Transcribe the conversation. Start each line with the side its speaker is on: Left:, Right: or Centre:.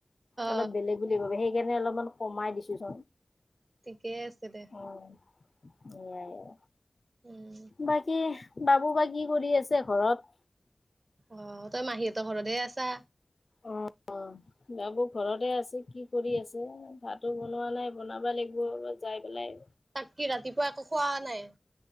Right: অ
Left: অলপ বেলেগ। বুলি ভাবে সেইকাৰণে অলপমান কমাই দিছো চ
Right: ঠিকেই আছে দে।
Left: উ এয়াই।
Right: উম,
Left: বাকী বাবু বা কি কৰি আছে ঘৰত।
Right: অ, তই মাহীহঁতৰ ঘৰতে আছা।
Left: অ, বাবৌ ঘৰতে আছে কি কৰি আছে ভাতো বনোৱা নাই বনাবা লাগিব অ যাই পেলাই।
Right: তাক কি ৰাতিপুৱা একো খোৱা নাই।